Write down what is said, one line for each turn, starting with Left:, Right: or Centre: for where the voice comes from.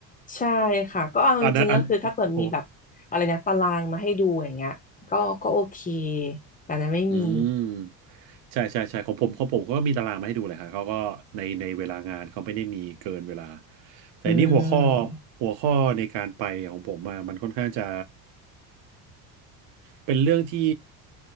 Left: ใช่ค่ะก็เอาจริงๆก็คือถ้าเปิดมีแบบอะไรนะตารางมาให้ดูอย่างเงี้ยก็ก็โอเค
Right: อันนั้นอันโอ้โห
Left: แต่นั้นไม่มี
Right: อืมใช่ใช่ใช่ของผมของผมเขาก็มีตารางมาให้ดูเลยครับเขาก็ในในเวลางานเขาไม่ได้มีเกินเวลาแต่นี่หัวข้อ
Left: อืม
Right: หัวข้อในการไปของผมมามันค่อนข้างจะ เป็นเรื่องที่